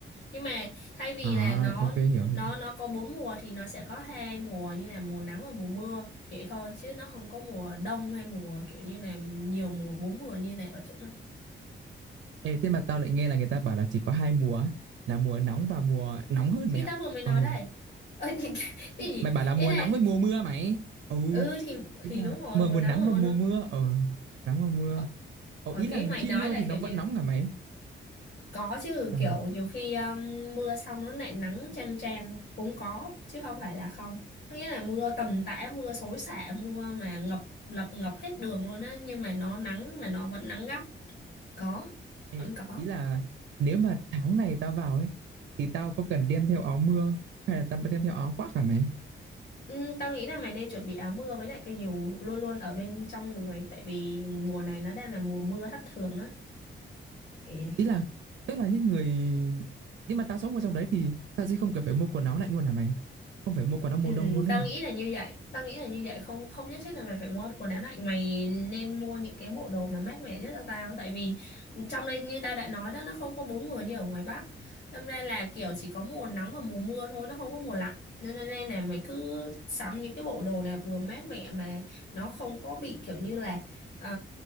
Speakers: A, on the left; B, on the right.
A: nhưng mà thay vì
B: À,
A: là nó
B: ok hiểu hiểu.
A: nó nó có bốn mùa thì nó sẽ có hai mùa như là mùa nắng và mùa mưa vậy thôi chứ nó không có mùa đông hay mùa kiểu như là nhiều mùa bốn mùa như này ở chỗ này
B: Ê, thế mà tao lại nghe là người ta bảo là chỉ có hai mùa ấy, là mùa nóng và mùa nóng hơn
A: khi
B: mày ạ.
A: ta vừa mới nói
B: Ừ,
A: đây Ơ, <laughs> cái gì
B: mày bảo là mùa
A: ý là
B: nóng với mùa mưa mày. Ừ,
A: ừ thì
B: ý
A: thì
B: là
A: đúng rồi
B: mùa
A: mùa
B: mùa
A: nắng
B: nắng
A: và
B: và
A: mùa
B: mùa
A: nắng
B: mưa. Ờ, nắng và mưa.
A: còn
B: Ờ,
A: còn
B: ý
A: cái
B: là
A: mày
B: khi
A: nói
B: mưa
A: là
B: thì nó
A: kiểu
B: vẫn
A: như
B: nóng cả mày.
A: Có chứ
B: Ờ,
A: kiểu nhiều khi um, mưa xong nó lại nắng chang chang cũng có chứ không phải là không. Có Nghĩa là mưa tầm tã, mưa xối xả, mưa mà ngập ngập ngập hết đường luôn á nhưng mà nó nắng mà nó vẫn nắng gắt. Có,
B: ê,
A: vẫn có.
B: ý là nếu mà tháng này tao vào ấy thì tao có cần đem theo áo mưa hay là tao đem theo áo khoác cả mày?
A: Ừ, tao nghĩ là mày nên chuẩn bị áo mưa với lại cây dù luôn luôn ở bên trong người tại vì mùa này nó đang là mùa mưa thất thường á. Kiểu vậy.
B: Ý là tức là những người nhưng mà tao sống ở trong đấy thì tao sẽ không cần phải mua quần áo lạnh luôn hả mày? Không phải mua quần áo mùa
A: Ừ,
B: đông luôn
A: tao
B: ấy hả?
A: nghĩ là như vậy tao nghĩ là như vậy không không nhất thiết là mày phải mua quần áo lạnh mày nên mua những cái bộ đồ mà mát mẻ nhất cho tao tại vì trong đây như tao đã nói đó nó không có bốn mùa như ở ngoài Bắc đâm ra là kiểu chỉ có mùa nắng và mùa mưa thôi nó không có mùa lạnh nên nên nên là mày cứ sắm những cái bộ đồ nào vừa mát mẻ mà nó không có bị kiểu như là ờ,